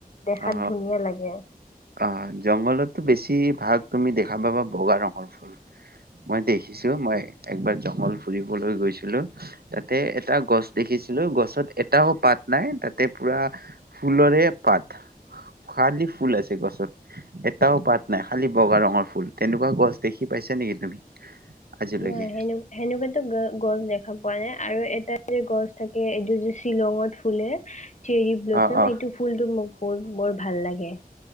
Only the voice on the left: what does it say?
দেখাত
ধুনীয়া লাগে
নাই সেনে সেনেকুৱেতো গ গছ দেখা পোৱা নাই। আৰু এটা যে গছ থাকে এইটো যে শ্বিলঙত ফুলে। চেৰি ব্লচুম
এইটো ফুলটো মোক বৰ বৰ ভাল লাগে।